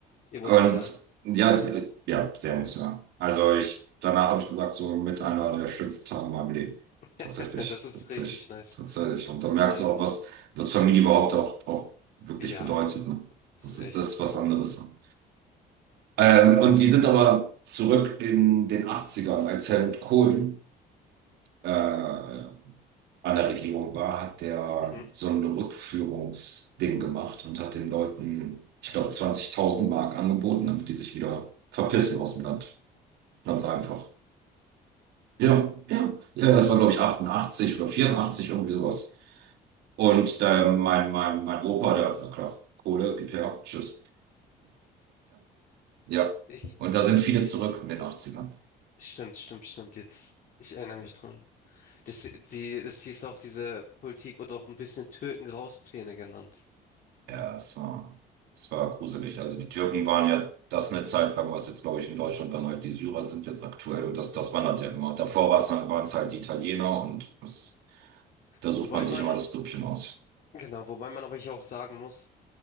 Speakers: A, on the left; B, on the right.
A: Emotional.
B: Und ja, die- ja, sehr emotional. Also ich, danach habe ich gesagt, so mit einer der schönsten Tage in meinem Leben. Tatsächlich,
A: <laughs> Das ist
B: wirklich,
A: richtig nice.
B: tatsächlich. Und da merkst
A: Das freut
B: du
A: mich.
B: auch, was, was Familie überhaupt auch, auch wirklich
A: Ja,
B: bedeutet, ne?
A: ist
B: Das ist
A: echt.
B: das, was anderes. ne? Ähm, und die sind aber zurück in den Achtzigern als Helmut Kohl äh, an der Regierung war, hat der
A: Mhm.
B: so ein Rückführungsding gemacht und hat den Leuten, ich glaube, 20.000 Mark angeboten, damit die sich wieder verpissen aus dem Land. Ganz einfach. Ja, ja, ja, das war, glaube ich, 88 oder 84 irgendwie sowas. Und äh, mein, mein, mein Opa, der, na klar, Kohle, gib her, tschüss. Ja,
A: Ich,
B: und da sind viele zurück
A: ich,
B: in den Achtzigern.
A: stimmt, stimmt, stimmt. Jetzt, ich erinnere mich dran. Das, die, das hieß auch, diese Politik wurde auch ein bisschen Türken-Raus-Pläne genannt.
B: Ja, es war, es war gruselig. Also die Türken waren ja das eine Zeit lang, was jetzt, glaube ich, in Deutschland dann halt die Syrer sind jetzt aktuell. Und das, das wandert ja immer. Davor war es halt, waren es halt die Italiener und das, da sucht
A: Wobei
B: man sich
A: man,
B: immer das Grüppchen aus.
A: genau, wobei man aber hier auch sagen muss,